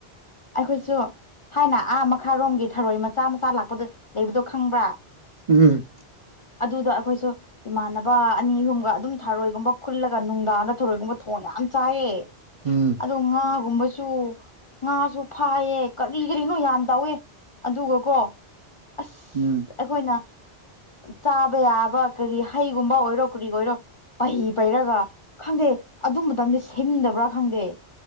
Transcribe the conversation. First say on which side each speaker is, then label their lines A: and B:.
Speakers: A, on the left (about 40°); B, on the right (about 40°).
A: ꯑꯩꯈꯣꯏꯁꯨ ꯊꯥꯏꯅ ꯑꯥ ꯃꯈꯥꯔꯣꯝꯒꯤ ꯊꯔꯣꯏ ꯃꯆꯥ ꯃꯆꯥ ꯂꯥꯛꯄꯗ ꯂꯩꯕꯗꯣ ꯈꯪꯕ꯭ꯔꯥ꯫
B: ꯎꯝ
A: ꯑꯗꯨꯗ ꯑꯈꯣꯏꯁꯨ꯫ ꯏꯃꯥꯟꯅꯕ ꯑꯅꯤ ꯍꯨꯝꯒ ꯑꯗꯨꯝ ꯊꯥꯔꯣꯏꯒꯨꯝꯕ ꯈꯨꯜꯂꯒ ꯅꯨꯡꯗꯥꯡꯗ ꯊꯧꯔꯣꯏꯒꯨꯝꯕ ꯊꯣꯡ ꯌꯥꯝ ꯆꯥꯏꯌꯦ
B: ꯎꯝ
A: ꯑꯗꯤ ꯉꯥꯒꯨꯝꯕꯁꯨ ꯉꯥ ꯁꯨ ꯐꯥꯏꯌꯦ ꯀꯔꯤ ꯀꯔꯤꯅꯣ ꯌꯥꯝ ꯇꯧꯋꯦ ꯑꯗꯨꯒꯀꯣ ꯑꯁ꯫
B: ꯎꯝ
A: ꯑꯩꯈꯣꯏꯅ ꯆꯥꯕ ꯌꯥꯕ ꯀꯔꯤ ꯍꯩꯒꯨꯝꯕ ꯑꯣꯏꯔꯣ ꯀꯔꯤ ꯑꯣꯏꯔꯣ ꯫ ꯄꯩ ꯄꯩꯔꯒ ꯈꯪꯗꯦ ꯑꯗꯨ ꯃꯇꯝꯗꯤ ꯁꯤꯟꯗꯕ꯭ꯔꯥ ꯈꯪꯗꯦ꯫